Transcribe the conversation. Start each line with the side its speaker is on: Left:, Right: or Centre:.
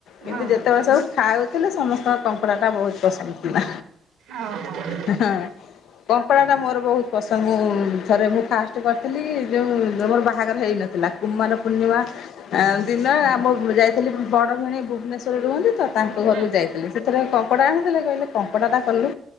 Left: କିନ୍ତୁ
Right: ହଁ
Left: ଯେତେବେଳେ ସବୁ ଖାଉଥିଲେ ସମସ୍ତଙ୍କ କଙ୍କଡ଼ାଟା ବହୁତ ପସନ୍ଦ ଥିଲା।
Right: ଓହୋ ହୁଁ
Left: ହଁ କଙ୍କଡ଼ାଟା ଟା ମୋର ବହୁତ ପସ ମୁ ଥରେ ମୁଁ ଫାଷ୍ଟ କରିଥିଲି ଯେଉଁ ମୋର ବାହାଘର ହେଇନଥିଲା। କୁମ୍ଭାର ପୂର୍ଣ୍ଣିମା ଆ ଦିନ ଆମ ଯାଇଥିଲି ବଡ଼ଭି ନେଇଭୁବନେଶ୍ୱରରେ ରୁହନ୍ତି ତ ତାଙ୍କ
Right: ହୁଁ
Left: ଘରକୁ ଯାଇଥିଲି ସେଥିରେ କଙ୍କଡ଼ା ଆଣିଥିଲେ କହିଲେ କଙ୍କଡ଼ାଟା କଲୁ